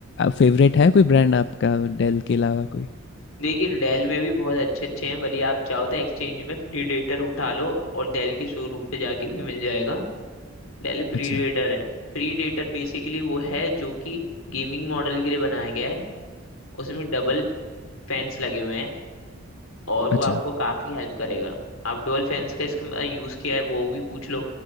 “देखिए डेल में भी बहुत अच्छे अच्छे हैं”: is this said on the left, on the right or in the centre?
Left